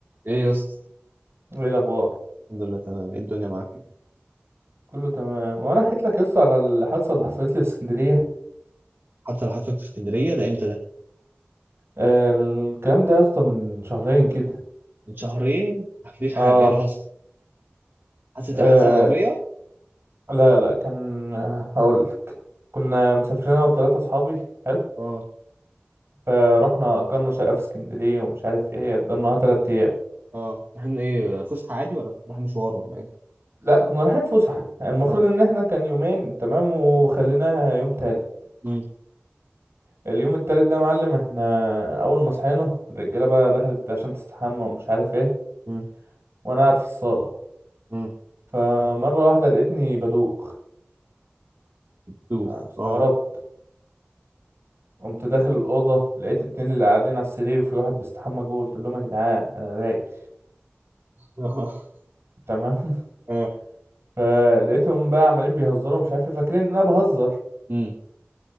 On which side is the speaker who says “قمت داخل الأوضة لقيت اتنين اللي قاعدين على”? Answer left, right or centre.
Right